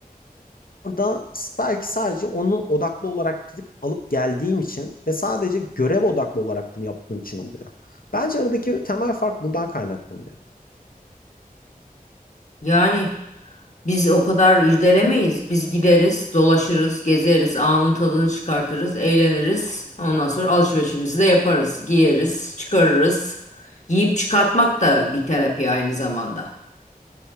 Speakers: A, on the left (about 70°); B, on the left (about 50°).
A: Orada belki sadece onu odaklı olarak gidip alıp geldiğim için ve sadece görev odaklı olarak bunu yaptığım için oluyor. Bence aradaki temel fark buradan kaynaklanıyor.
B: Yani Biz o kadar irdelemeyiz. Biz gideriz, dolaşırız, gezeriz, anın tadını çıkartırız, eğleniriz. Ondan sonra alışverişimizi de yaparız. Giyeriz, çıkarırız. Giyip çıkartmak da bir terapi aynı zamanda.